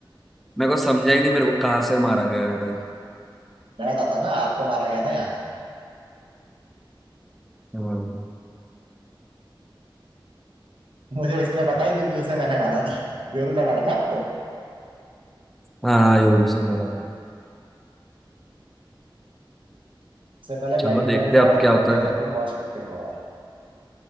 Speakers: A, in the centre; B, on the right.
A: मेरे को समझा ही नहीं मेरे को कहाँ से मारा गया है भाई
B: मैं बताता हूँ ना आपको मारा गया था यहाँ से
A: हाँ
B: मुझे इसलिए पता है क्योंकि उसे मैंने मारा था योरू ने मारा था आपको
A: हाँ, योरू से मारा
B: सबसे पहले
A: चलो
B: ब्लाइंड
A: देखते
B: करूंगा
A: हैं अब क्या होता
B: फिर
A: है
B: मॉशपिट फेंकूंगा